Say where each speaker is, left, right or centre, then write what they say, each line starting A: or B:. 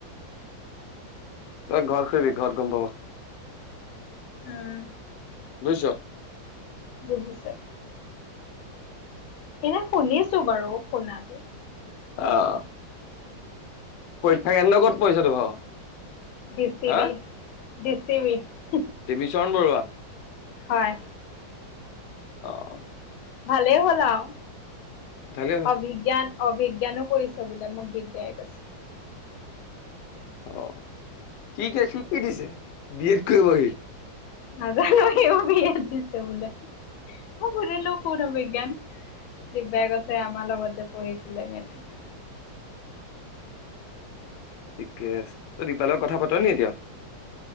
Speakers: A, on the left; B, on the left.
A: তই ঘৰত সুধিবি ঘৰত গম পাব।
B: উম
A: বুজিছ।
B: বুজিছো। এনেই শুনিছো বাৰু শুনাটো।
A: অঁহ। পৰীক্ষা কেন্দ্ৰ ক'ত পৰিছে তো ভাগ?
B: <unintelligible>
A: হা দেৱীচৰণ বৰুৱা।
B: হয়
A: অ অ
B: ভালেই হ'ল আৰু
A: ভালেই হ'ল
B: অভিজ্ঞান অভিজ্ঞানো কৰিছে বোলে মোক দিগদায়াই কৈছে
A: অ কি দিছে কি দিছে বি এড কৰিবহি
B: নাজানো হিও বিয়েট দিছে বুলে মই সুধিলোঁ কোন অভিজ্ঞান দিকবাইকোছে আমাৰ লগতে যে পঢ়িছিলে মেট্ৰিক
A: ঠিকে আছে তই দীপাল লগত কথা পাতা নে এতিয়াও